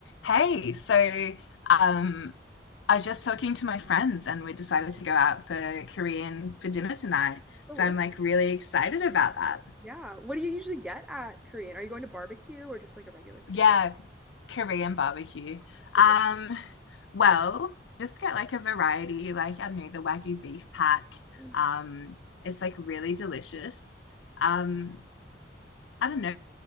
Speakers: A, on the left; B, in the centre.
A: Hey, so um, I was just talking to my friends and we decided to go out for Korean for dinner tonight.
B: Deli-
A: So I'm like really excited about that.
B: Yeah. What do you usually get at Korean? Are you going to barbecue or just like a regular Korean
A: Yeah, Korean barbecue.
B: restaurant?
A: Um, well, just get like a variety, like I don't know, the Wagyu beef pack.
B: Deli-
A: Um, it's like really delicious. Um, I don't know,